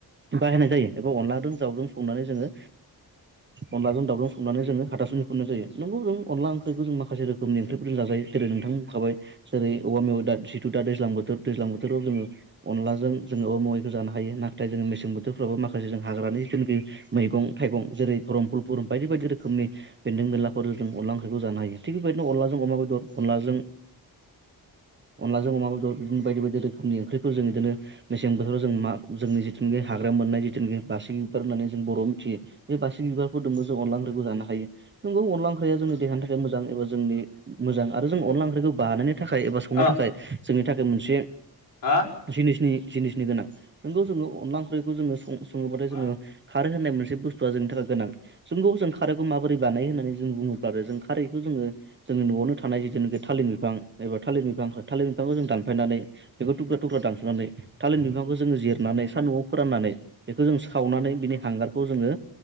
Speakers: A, on the right; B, on the left.
A: बाहायनाय जायो एबा अनलाजों दाउजों संनानै जोङो अनलाजों दाउजों संनानै जोङो हाथासुनि खुरनाय जायो नंगौ जों अनला ओंख्रिखौ जों माखासे रोखोमनि ओंख्रिफोरजों जाजायो जेरै नोंथां बुंखाबाय जेरै औवा मेवाइ दा जिथु दा दैज्लां बोथोर दैज्लां बोथोराव जोङो अनलाजों जोङो औवा मेवैखौ जानो हायो ना नाथाय जोङो मेसें बोथोरफ्रावो माखासे जों हाग्रानि जिथुखि मैगं थाइगं जेरै खरमफुलफुरुम बायदि बायदि रोखोमनि बेन्दों बेनलाफोर जों अनला ओंख्रिखौ जानो हायो थिग बेबायदिनो अनलाजों अमा बेदर अनलाजों अनलाजों अमा बेदर बिदिनो बायदि बायदि रोखोमनि ओंख्रिफोर जों बिदिनो मेसें बोथोराव जों मा जोंनि जों जे हाग्रा मोननाय जिथुखि बासिग बिबार होननानै जों बर' मिथियो बे बासिग बिारखौदों जों अनला ओंख्रिखौ जानो हायो नोंगौ अनला ओंख्रिया जोंनि देहानि थाखाय मोजांबा जोंनि मोजां आरो जों अनला ओंख्रिखौ बानायानानै थाखाय एबा संनो
B: अ
A: थाखाय जोंनि थाखाय मोनसे
B: हा
A: जिनिसनि जिनिसनि गोनां नोंगौ जोङो अनला ओंख्रिखौ जोङो सं सङोबाथाय
B: मा
A: जोङो खारै होननाय मोनसे बुस्थुवआ जोंनि थाखाय गोनां जोंगौ जों खारैखौ माबोरै बानाय होननानै जों बुङोब्ला आरो जों खारैखौ जोङो जोङो न'आवनो थानाय ज जिथुनाखि थालिर बिफां एबा थालिर बिफां थालिर बिफांखौ जों दानफायनानै बेखौ थुुब्रा थुुब्रा दानस'नानै थालिर बिफांखौ जोङो जिरनानै सान्द'आव फोराननानै बेखौ जों सावनानै बिनि हांगारखौ जोङो